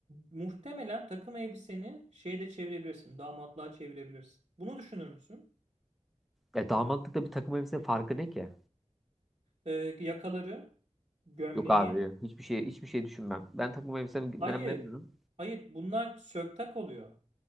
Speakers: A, on the right; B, in the centre.
A: muhtemelen takım elbiseni şeye de çevirebilirsin, damatlığa çevirebilirsin. Bunu düşünür müsün?
B: E damatlıkta bir takım elbise farkı ne ki?
A: e, yakaları, gömleği.
B: Yok abi hiçbir şey hiçbir şey düşünmem. Ben takım elbisemden
A: Hayır,
B: memnunum.
A: hayır bunlar söktak oluyor.